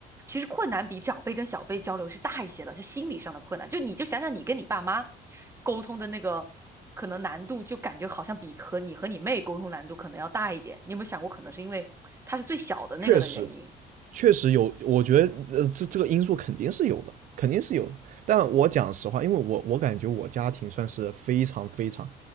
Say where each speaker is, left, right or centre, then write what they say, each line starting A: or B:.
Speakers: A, on the right; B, on the right.
A: 其实困难比长辈跟小辈交流是大一些的，就心理上的困难。就你就想想你跟你爸妈沟通的那个可能难度，就感觉好像比和你和你妹沟通难度可能要大一点。你有没有想过，可能是因为她是最小的那个的原因？
B: 确实确实有，我觉得呃，这这个因素肯定是有的，肯定是有的。但我讲实话，因为我我感觉我家庭算是非常非常，